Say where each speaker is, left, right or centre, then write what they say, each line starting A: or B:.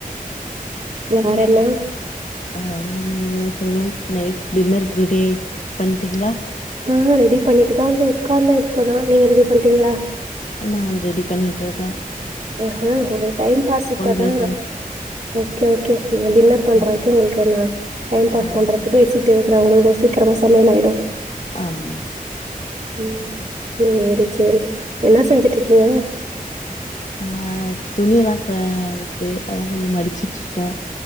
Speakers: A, on the right; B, on the left.
A: வேற என்ன
B: அ வேற நீங்க தா சொல்னு நைட் டின்னருக்கு ரெடி ஆயி பண்ட்டீங்களா
A: ஆ ரெடி பண்ணிட்டுதா வந்து உக்காந்தே இப்பதா நீங்க ரெடி பண்ட்டீங்களா
B: நா ரெடி பண்ணிட்டுருக்கே
A: அஹா உங்க டைம் பாஸ் இப்பதா
B: பேசுறே
A: ம் ஓகே ஓகே நீங்க டின்னர் பண்றக்கே
B: ஆ
A: உங்களுக்கு நா டைம் பாஸ்
B: ஆ
A: பண்றது பேசி ட்டு இருக்குற உங்களுது சீக்கிரமா சமையல் ஆயிடு
B: ஆம்
A: ம் சேரி சேரி என்னா செஞ்சிட்டு இருக்கீங்க
B: ஆ துணிலா க இருக்கு அதா கொஞ்ச மடிச்சிட்டு இருக்கன்